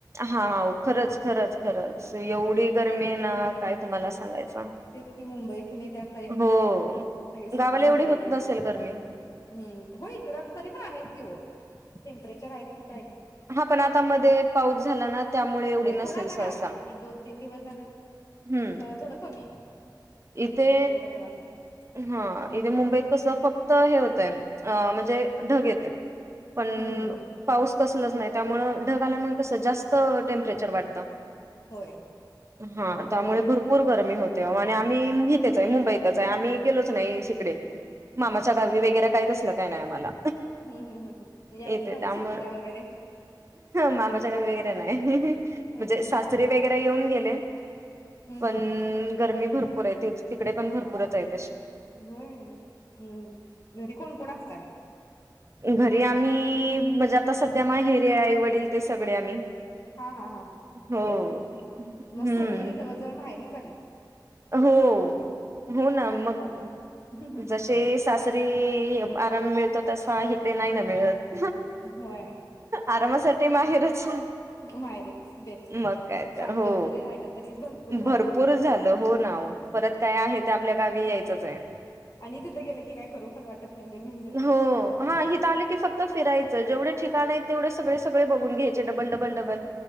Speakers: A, on the right (about 40°); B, on the left (about 45°).
A: हा खरंच, खरंच, खरंच एवढी
B: मुंबई
A: गरमी आहे ना
B: पुणे
A: काय तुम्हाला सांगायचं.
B: तेच की मुंबई पुणे त्या साईड
A: हो
B: सगळे सुट्टीला
A: गावाला एवढी
B: इकडे
A: होत
B: येतात
A: नसेल गरमी?
B: हम्म हो इकडं तरी पण आहेत कि ओ. टेम्परेचर आहेत की
A: हा पण आता मध्ये पाऊस झाला ना त्यामुळे एवढी
B: होय
A: नसेल
B: थोडा आता
A: सहसा.
B: गारठा आहे एक दोन तीन दिवस झालं
A: हम्म
B: क- थोडं कमी आहे टेम्परेचर
A: इथे
B: एवढं काही वाटत नाही
A: हा इथे मुंबईत कसं फक्त हे हो तेन अ म्हणजे ढग येत्यात. पण
B: हम्म हम्म हम्म
A: पाऊस कसलच नाही. त्यामुळे ढग आल्यामुळे कसं जास्त टेम्परेचर वाटतं.
B: होय
A: हा
B: बरोबर
A: त्यामुळे
B: आहे
A: भरपूर
B: की
A: गर्मी होते आओ आणि आ मी इथेच आहे मुंबईतच आम्ही गेलोच नाही शिकडे मामाच्या गावी वगैरे काय तस काय नाही आम्हाला
B: हम्म, हम्म, हम्म, हम्म. जायचं
A: येते
B: ना मग
A: त्यामुळे
B: सुट्टीला वगैरे
A: मामाच्या गावी वगैरे नाही.
B: हम्
A: म्हणजे
B: हम्
A: सासरी वगैरे येऊन गेले,
B: हम हम्
A: पण
B: हम् हम
A: गरमी भरपूर आहे तिकडे पण भरपूरच आहेत.
B: होय हम्म, हम्म. घरी कोण कोण असताय मग?
A: घरी आम्ही म्हणजे आता सध्या माहेरी आई, वडील ते सगळे आम्ही
B: हा, हा, हा, हा
A: हो.
B: तेच की मग
A: हम्म
B: सगळी जवळ, जवळ माहेरीच आलेत.
A: हो, हो ना. मग
B: असं झालंय हं, हं.
A: जसे सासरी आरा मिळतो तसा इकडे नाही ना मिळत.
B: होय
A: आरामासाठी माहेरच,
B: माहेरच बेस्ट
A: मग काय तर
B: चार
A: हो.
B: दिवस जरी राहिलं तरी झालं
A: भरपूर झालं हो परत काय आहे ते आपल्या गावी यायचंच आहे.
B: आणि तिथे गेलं की काय करू पण वाटत नाही मेन म्हणजे
A: हो इथं आलं की फक्त फिरायचं. जेवढे ठिकाण आहेत, तेवढे सगळे सगळे बघून घ्यायचे. Double, double, double.